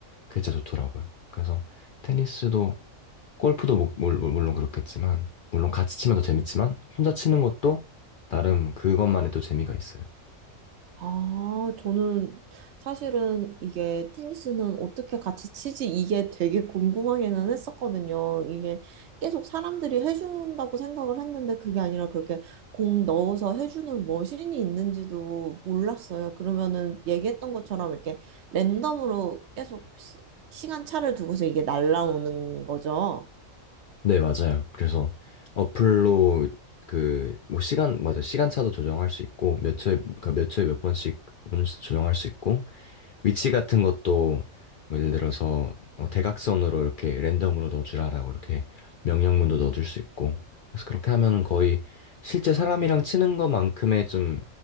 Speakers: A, on the left; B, on the right.
A: 그게 진짜 좋더라고요. 그래서 테니스도 골프도 뭐- 물- 물- 물론 그렇겠지만 물론 같이 치면 더 재밌지만 혼자 치는 것도 나름 그것만의 또 재미가 있어요.
B: 아, 저는 사실은 이게 테니스는 어떻게 같이 치지? 이게 되게 궁금하기는 했었거든요. 이게 계속 사람들이 해준다고 생각을 했는데 그게 아니라 그렇게 공 넣어서 해주는 머신이 있는지도 몰랐어요. 그러면은 얘기했던 것처럼 이렇게 랜덤으로 계속 시, 시간 차를 두고서 이게 날라오는 거죠.
A: 네, 맞아요. 그래서 어플로 그 뭐 시간 맞아 시간차도 조정할 수 있고 몇 초에 그러니까 몇 초에 몇 번씩 오는지도 조정할 수 있고 위치 같은 것도 뭐 예를 들어서 어, 대각선으로 이렇게 랜덤으로 넣어주라라고 이렇게 명령문도 넣어줄 수 있고 그래서 그렇게 하면은 거의 실제 사람이랑 치는 것만큼의 좀